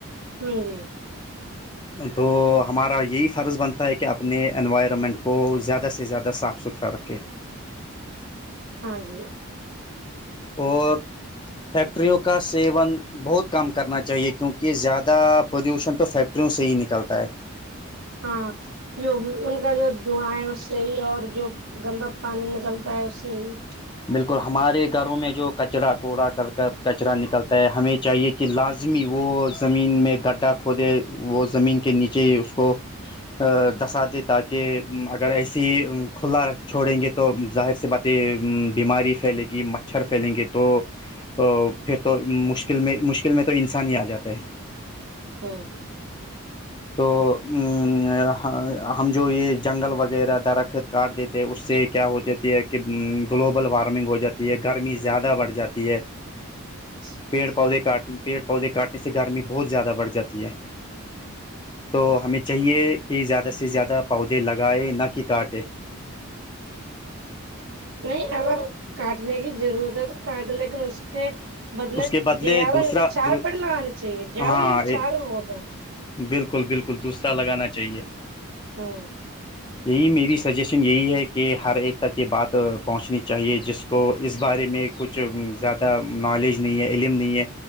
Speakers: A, on the right; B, on the left.
A: ہوں جی
B: تو ہمارا یہی فرض بنتا ہے کہ اپنے انوائرمنٹ کو زیادہ سے زیادہ صاف ستھرا اترہ رکھے <unintelligible>
A: آہے <unintelligible>
B: اور فیکٹریوں کا سیون بہت کم کرنا چاہیے کیونکہ زیادہ پولیوشن تو فیکٹریوں سے ہی نکلتا ہے
A: ہاں جو ان کا جو دھواں ہے اس سے ہی اور جو گندا پانی نکلتا ہے اس سے بھی
B: بالکل ہمارے گھروں میں جو کچرا کوڑا کرک کچرا نکلتا ہے ہمیں چاہیے کہ کہ لازمی وہ زمین میں گڈھا کھودے وہ زمین کے نیچے اس کو دسا دے تاکہ اگر ایسی کھلا چھوڑیں گے تو ظاہر سےبا بیماری پھیلے گی مچھر پھیلیں گے تو تو پھر تو مشکل میں مشکل میں تو انسان ہی آ جاتا ہے
A: ہاں
B: توآ ہم جو یہ جنگل وغیرہ درخت کاٹ دیتے ہیں اس سے کیا ہو جاتی ہے کہ گلوبل وارمنگ ہو جاتی ہے گرمی زیادہ بڑھ جاتی ہے
A: اچھا <unintelligible>
B: پھر پودے کاٹنے پیڑ پودے کاٹنے سے گرمی بہت زیادہ بڑجاتی ہے تو ہمیں چاہیے کہ زیادہ سے زیادہ پودے لگائےیں نہ کہ کاٹے
A: نہیں اگر کاٹنے کی ضرورت ہے تو کاٹے لیکن اس کے بدلے
B: اس کے
A: زیادہ
B: دوسرا
A: نہیں تو چار
B: دو
A: پٹ لگلنے چاہیے زیادہ
B: ہاں
A: نہیں چار ہوگا
B: بالکل بالکل دوسرا لگانا چاہیے
A: ہاں
B: یہی میری سجیشن یہی ہے کہ ہر ایک تک یہ بات پہنچنی چاہیے جس کو اس بارے میں کچھ زیادہ نالج نہیں ہے علم نہیں ہے